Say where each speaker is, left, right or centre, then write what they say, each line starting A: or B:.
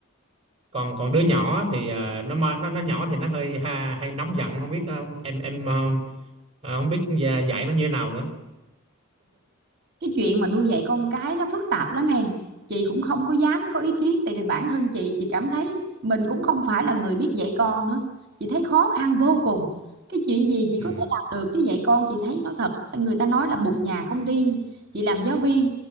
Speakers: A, on the right; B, on the right.
A: còn còn đứa nhỏ thì à, nó ma- nó nó nhỏ thì nó hơi ha, hay nóng giận không biết ờ, em em ờ, ờ, không biết dạy dạy nó như thế nào nữa
B: cái chuyện mà nuôi dạy con cái nó phức tạp lắm em chị cũng không có dám có ý kiến tại vì bản thân chị chị cảm thấy mình cũng không phải là người biết dạy con nữa chị thấy khó khăn vô cùng cái chuyện gì chị
A: ừ.
B: có thể làm được chứ dạy con chị thấy nói thật người ta nói là bụt nhà không tiên chị làm giáo viên